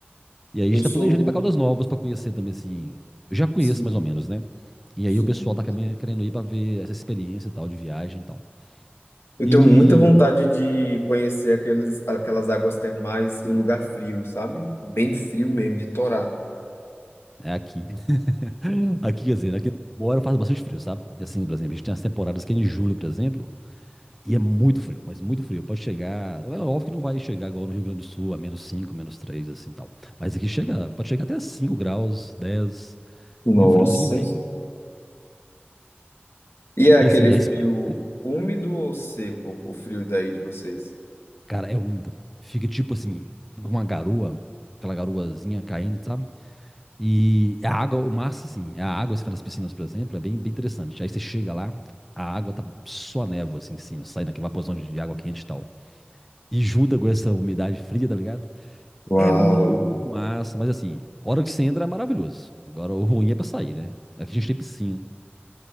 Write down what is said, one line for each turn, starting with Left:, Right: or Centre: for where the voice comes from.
Centre: E aí
Left: Eu
Centre: a gente
Left: sou.
Centre: tá planejando ir pra Caldas Novas pra conhecer também, assim. Eu já conheço
Left: Sim,
Centre: mais ou menos, né? E
Left: sim.
Centre: aí o pessoal tá também querendo ir pra ver essa experiência e tal, de viagem e tal.
Left: Eu
Centre: E
Left: tenho muita vontade de conhecer aqueles, aquelas águas termais em lugar frio, sabe? Bem frio mesmo, de torar.
Centre: é aqui. <laughs> Aqui, quer dizer, aqui embora faz bastante frio, sabe? E assim, por exemplo, a gente tem as temporadas que é em julho, por exemplo, e é muito frio, mas muito frio. Pode chegar. É óbvio que não vai chegar igual no Rio Grande do Sul, a menos 5 menos 3 assim tal. Mas aqui chega, pode chegar até 5 graus, dez
Left: Nossa.
Centre: E o friozinho bem.
Left: E é aquele
Centre: E assim,
Left: frio
Centre: a experiência.
Left: úmido ou seco, o frio daí de vocês?
Centre: Cara, é úmido. Fica tipo assim, uma garoa, aquela garoazinha caindo, sabe? E a água, o massa, assim, a água, se for nas piscinas, por exemplo, é bem, bem interessante. Aí você chega lá, a água tá só névoa, assim, em cima, saindo aquela vaporzão de de água quente e tal. E junta com essa umidade fria, tá ligado?
Left: Uau,
Centre: É muito massa, mas assim, a hora que você entra é maravilhoso. Agora, o ruim é pra sair, né? Aqui a gente tem piscina.